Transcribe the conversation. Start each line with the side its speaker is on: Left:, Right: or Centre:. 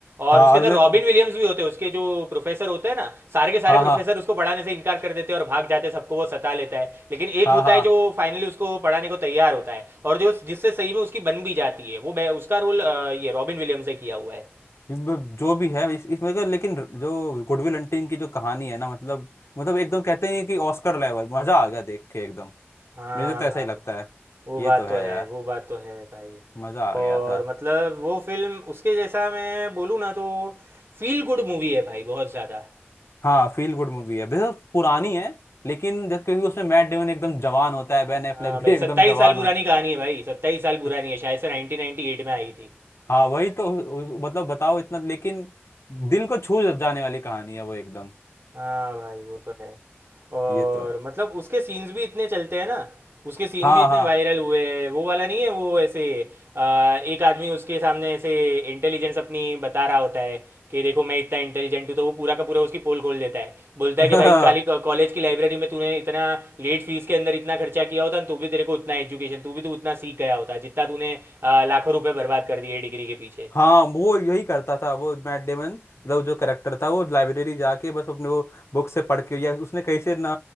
Right: और
Left: हाँ
Right: उसके
Left: और
Right: अंदर
Left: मेरे
Right: रॉबिन
Left: को
Right: विलियम्स भी होते हैं उसके जो प्रोफेसर होते हैं ना सारे के सारे
Left: हाँ
Right: प्रोफेसर
Left: हाँ
Right: उसको पढ़ाने से इनकार कर देते हैं और भाग जाते हैं सबको वो सता लेता है लेकिन
Left: हाँ
Right: एक होता
Left: हाँ
Right: है जो फाइनली उसको पढ़ाने को तैयार होता है और जो जिससे सही में उसकी बन भी जाती है वो बे- उसका रोल ये रॉबिन विलियम्स ने किया हुआ है
Left: ब- जो भी है इस, इसमें का लेकिन जो गुडविल हंटिंग की जो कहानी है ना मतलब मतलब एकदम कहते हैं कि ऑस्कर लेवल मजा आ गया देख के एकदम
Right: हाँ
Left: मुझे तो ऐसा
Right: भाई
Left: ही लगता है
Right: वो
Left: ये
Right: बात
Left: तो है
Right: तो है
Left: यार
Right: वो बात तो है भाई
Left: मजा आ गया
Right: और
Left: था
Right: मतलब वो फिल्म उसके जैसा मैं बोलूँ ना तो फील गुड मूवी है भाई बहुत ज़्यादा
Left: हाँ फील गुड मूवी है वैसे तो पुरानी है लेकिन जब क्योंकि उसमें मैट डेमन एकदम जवान होता है बेन एफ्लेक
Right: हाँ भाई
Left: भी एकदम
Right: सत्ताईस
Left: जवान
Right: साल पुरानी
Left: होता
Right: कहानी है भाई सत्ताईस साल पुरानी
Left: है
Right: है शायद से नाइनटीन नाइन्टी एट में आई थी
Left: हाँ वही तो उ- मतलब बताओ इतना लेकिन दिल को छू जाने वाली कहानी है वो एकदम
Right: हाँ भाई वो तो है और
Left: ये तो है
Right: मतलब उसके सीन्स भी इतने चलते हैं ना उसके सीन
Left: हाँ
Right: भी इतने वायरल हुए हैं वो वाला नहीं है वो ऐसे आ, एक आदमी उसके सामने ऐसे इंटेलिजेंस अपनी बता रहा होता है कि देखो मैं इतना इंटेलिजेंट हूँ तो वो पूरा का पूरा उसकी पोल खोल देता है बोलता है कि
Left: हाँ
Right: भाई खाली कॉलेज
Left: <laughs>
Right: की लाइब्रेरी में तूने इतना लेट फीस के अंदर इतना खर्चा किया होता ना तो भी तेरे को उतना एजुकेशन तू भी तू उतना सीख गया होता जितना तूने आ, लाखों रुपए बर्बाद कर दिए डिग्री के पीछे
Left: हाँ वो यही करता था वो मैट डेमन मतलब जो करेक्टर था वो लाइब्रेरी जाके बस अपने वो बुक से पढ़ के या उसने कहीं से ना